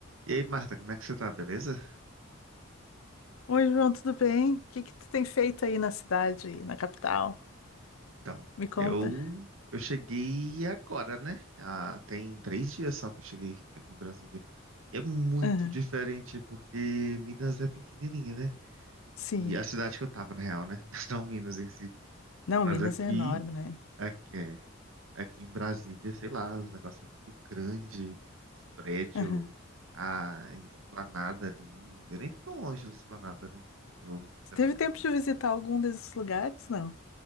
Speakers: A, on the right; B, on the left.
A: E aí, Marta, como é que você tá, beleza?
B: Oi, João, tudo bem? O que que tu tem feito aí na cidade, na capital?
A: Então,
B: Me conta.
A: eu eu cheguei agora, né? Ah, tem três dias só que eu cheguei aqui em Brasília. E é muito
B: Aham,
A: diferente porque Minas é pequenininha, né?
B: Sim.
A: E a cidade que eu tava, na real, né? <laughs> Não Minas em si.
B: Não,
A: Mas
B: Minas
A: aqui,
B: é enorme, né?
A: aqui é, aqui em Brasília, sei lá, os negócios é muito grande, os prédios,
B: Aham.
A: a esplanada ali. Eu nem tô tão longe da esplanada, né? Eu tô ficando
B: Tu teve
A: ali.
B: tempo de visitar algum desses lugares? Não?